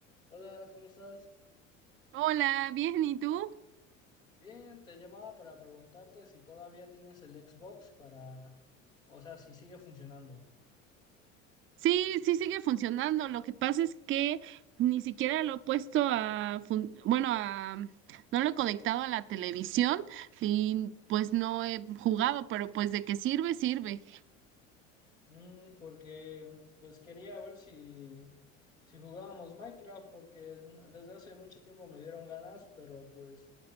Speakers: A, on the left; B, on the right.
A: Hola, ¿cómo estás?
B: Hola, bien, ¿y tú?
A: Bien, te llamaba para preguntarte si todavía tienes el Xbox para, o sea, si sigue funcionando.
B: Sí, sí sigue funcionando. Lo que pasa es que ni siquiera lo he puesto a, fun- bueno, a, no lo he conectado a la televisión y pues no he jugado, pero pues de qué sirve, sirve.
A: Mm, porque pues quería ver si, si jugábamos Minecraft, porque desde hace mucho tiempo me dieron ganas, pero pues